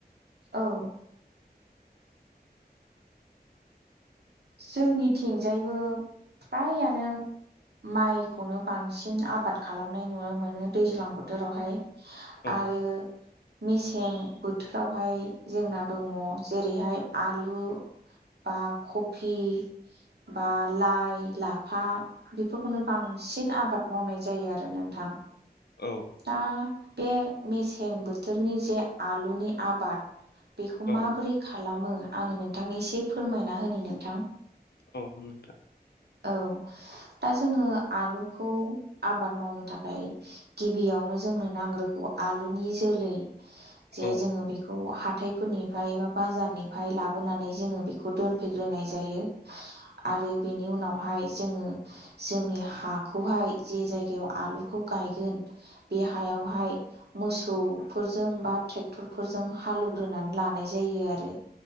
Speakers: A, on the right; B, on the left.
A: औ जोंनि थिंजायबो फ्रायानो माइखौनो बांसिन आबाद खालामनाय नुनो मोनो दैज्लां बोथोरावहाय
B: औ
A: आरो मेसें बोथोरावहाय जोंना दङ जेरैहाय आलु बा खफि बा लाइ लाफा बेफोरखौनो बांसिन आबाद मावनाय जायो आरो नोंथां
B: औ
A: दा बे मेसें बोथोरनि जे आलुनि आबाद बेखौ
B: औ
A: माबोरै खालामो आङो नोंथांनो एसे फोरमायना होनि नोंथां
B: औ नोंथां
A: औ दा जोङो आलुखौ आबाद मावनो थाखाय गिबियाव- नो जोंनो नांग्रोगौ आलुनि जोलै जे
B: औ
A: जोङो बेखौ हाथायफोरनिफाय बा बाजारनिफाय लाबोनानै जोङो बेखौ दोनफैग्रोनाय जायो आरो बेनि उनावहाय जोङो जोंनि हाखौहाय जे जायगायाव आलुखौ गायगोन बे हयावहाय मोसौफोरजों बा ट्रेक- डक्टरफोरजों हालेवग्रोनानै लानाय जायो आरो